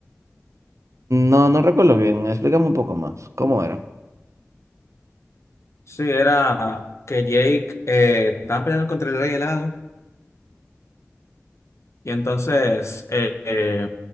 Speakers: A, on the right (about 75°); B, on the left (about 65°).
A: No, no recuerdo bien. Explícame un poco más. ¿Cómo era?
B: Sí, era que Jake eh, estaba peleando contra el rey helado Y entonces eh, eh,